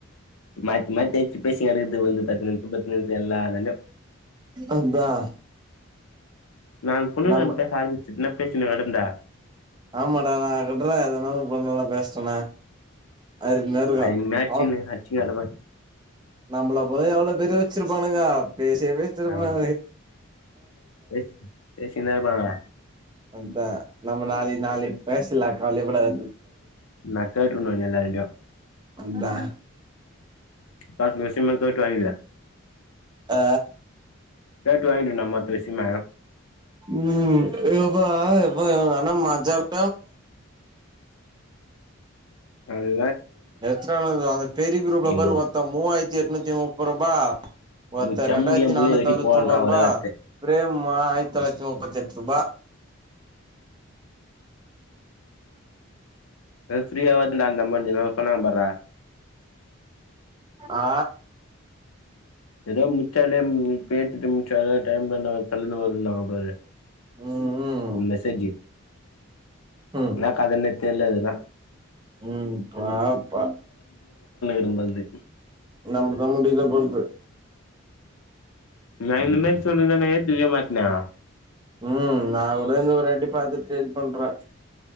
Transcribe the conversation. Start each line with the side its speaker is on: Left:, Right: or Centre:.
Left: மாத்தி மாத்தி அடிச்சி பேசிங்கெடக்குது இது வந்து பத்து நிமிஷோ பத்து நிமிஷோ எல்லாலண்டு
Right: அதா
Left: நான் பொண்ணுங்கட்ட
Right: நம்ம
Left: பேச ஆரம்பிச்சதுன்ன பேச்சின்ன வடந்தா
Right: ஆமடா நான கட்றே அதனால பொண்ணுங்க கூட பேசிட்டனே அழுதுகின்னே இருக்கு
Left: அது என்ன ஆச்சுன்னு
Right: அவன்
Left: அடிச்சுனு கெடப்பே
Right: நம்பள போல எவ்ளோ பேர் யோசிச்சிருப்பானுக பேசிய பேசிருப்பான
Left: ஆ பேசு பேசின்னு தா இருப்பானுங்க
Right: அதா நம்ம நாளி நாளிக்கு பேசில்லா காவலயே படாத
Left: நா கேட்ருன்னு எல்லாரான்டயு
Right: அதா
Left: பாத்து இந்த விஷயமா கேட்டு வாங்கீடு
Right: ஆ
Left: கேட்டு வாங்கீடு நா மத்த விசியமா
Right: ம் எப்பா எப்பா ஆனா மஜா <inaudible>
Left: அது
Right: எத்தானது அந்த பெரி குரூப்ல
Left: நீ
Right: ப
Left: மூ
Right: ஒர்த்த மூவாயித்தி எட்நூத்தி முப்பரூபா ஒர்த்த
Left: முச்சா
Right: ரெண்டாயிர்த்தி
Left: முடியா முடிய
Right: நானூத்தி
Left: வெட்டி
Right: அறுபத்தொம்போரூபா
Left: போடான்றா ஒரே வார்த்
Right: ப்ரேம் மா ஆயித் தொள்ளாயித்தி முப்பத்தெட்ரூபா
Left: எ ஃப்ரீயா <unintelligible> பண்ணாங்க பார்ரா
Right: ஆ
Left: எதோ முச்சாலே ம் பேத்துட்டு முச்சாத டைம்ல நா சல்லுனு <unintelligible>
Right: ம்
Left: மெசேஜு
Right: ம்
Left: என்னா காதுல்லே தெரிலேன்ன
Right: ம் பாப்ப
Left: அங்கந்து
Right: நமுக் முடியில போகுது
Left: நா இந்த மே சொல்லிந்தாவே பிரிய மாட்னா
Right: ம் நா கூட இத ஒராட்டி பாத்துட்டு இத் பண்றே